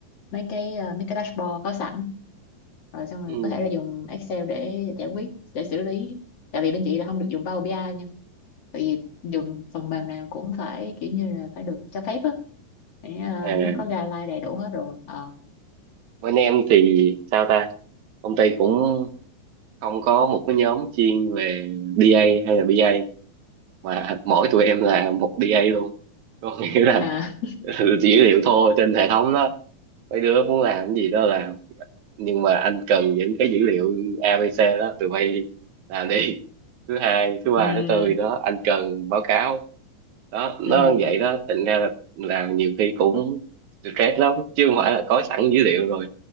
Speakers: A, on the left (about 50°); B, on the right (about 70°).
A: mấy cái ờ, mấy cái dashboard có sẵn rồi xong
B: ừ.
A: rồi có thể là dùng Excel để giải quyết để xử lý tại vì bên chị là không được dùng Power BI ai, tại vì dùng phần mềm nào cũng phải kiểu như là phải được cho phép á để ờ,
B: à
A: nó có guideline đầy đủ hết rồi ờ
B: bên em thì sao ta công ty cũng không có một cái nhóm chuyên về DA hay là BI ai mà mỗi tụi em là một DA luôn có nghĩa là
A: à <laughs>
B: <laughs> dữ liệu thô trên hệ thống đó mấy đứa muốn làm cái gì đó làm nhưng mà anh cần những cái dữ liệu ABC đó tụi bay làm đi thứ hai thứ ba
A: ừ
B: thứ tư gì đó anh cần báo cáo đó nó
A: ừ
B: như vậy đó thành ra là làm nhiều khi cũng stress lắm chứ không phải là có sẵn dữ liệu rồi